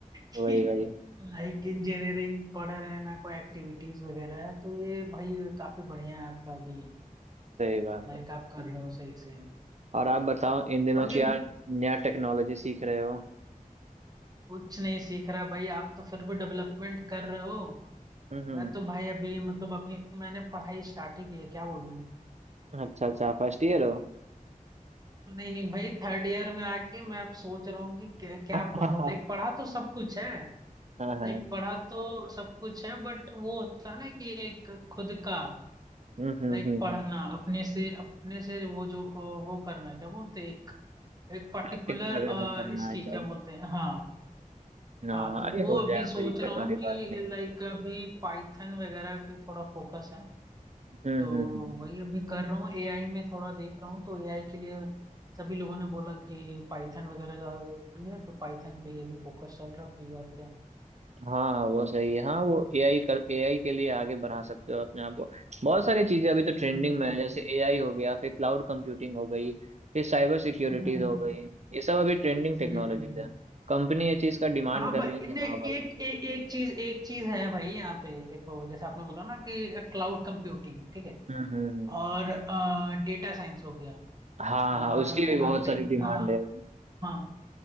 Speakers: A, on the right; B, on the right.
A: कि
B: वही वही
A: लाइक इंजीनियरिंग पढ़ रहे हैं ना कोई एक्टिविटीज वगैरह है तो ये भाई काफी बढ़िया है आपका कि
B: सही बात
A: लाइक
B: है
A: आप कर रहे हो सही से
B: और आप बताओ इन दिनों
A: बाकी
B: क्या नया टेक्नोलॉजी सीख रहे हो
A: कुछ नहीं सीख रहा भाई आप तो फिर भी डेवलपमेंट कर रहे हो
B: हम्म हम्म।
A: मैं तो भाई अभी मतलब अभी मैंने पढ़ाई स्टार्ट ही की है क्या बोलूं मैं
B: अच्छा अच्छा फर्स्ट ईयर हो
A: नहीं नहीं भाई थर्ड ईयर में आके मैं अब सोच रहा हूँ कि क्या, क्या
B: <laughs>
A: पढूं
B: हाँ
A: लाइक पढ़ा तो सब कुछ है
B: हाँ
A: लाइक पढ़ा तो सब कुछ है बट वो होता है ना कि एक खुद का
B: हम्म हम्म
A: लाइक
B: हम्म
A: पढ़ना अपने से अपने से वो जो अ, वो करना क्या बोलते हैं एक एक पर्टिकुलर
B: प्रैक्टिस वगैरह करना
A: इसकी
B: है सब
A: क्या बोलते हैं हाँ
B: हाँ
A: हाँ तो
B: अरे
A: वो
B: हो
A: अभी
B: जाएगा
A: सोच
B: कोई दिक्कत
A: रहा हूँ
B: वाली
A: कि
B: बात नहीं
A: लाइक
B: है
A: अभी पाइथन वगैरह पे थोड़ा फोकस है
B: हम्म
A: तो
B: हम्म हम्म
A: वही अभी कर रहा हूँ एआई में थोड़ा देख रहा हूँ तो एआई के लिए सभी लोगों ने बोला कि पाइथन वगैरह ज़्यादा ज़रूरी है तो पाइथन पे ही अभी फोकस चल रहा है भाई और क्या
B: हाँ हाँ वो सही है हाँ वो एआई कर एआई के लिए आगे बढ़ा सकते हो अपने आप को बहुत सारी चीजें अभी तो ट्रेंडिंग
A: हम्म
B: में है जैसे एआई हो गया फिर क्लाउड कंप्यूटिंग हो गई फिर साइबर सिक्योरिटीज
A: हम्म
B: हो गई ये सब अभी ट्रेंडिंग टेक्नोलॉजीज
A: हम्म हम्म।
B: है कंपनी ये चीज का डिमांड
A: हाँ
B: कर
A: भाई
B: रही है कि
A: ने
B: हाँ
A: एक
B: भाई
A: एक एक चीज एक चीज है भाई यहाँ पे देखो जैसे आपने बोला ना कि क्लाउड कंप्यूटिंग ठीक है
B: हम्म हम्म हम्म।
A: और डेटा साइंस हो गया
B: हाँ
A: और
B: हाँ उसकी
A: यहाँ
B: भी बहुत
A: पे
B: सारी डिमांड
A: हाँ
B: है अभी
A: हाँ।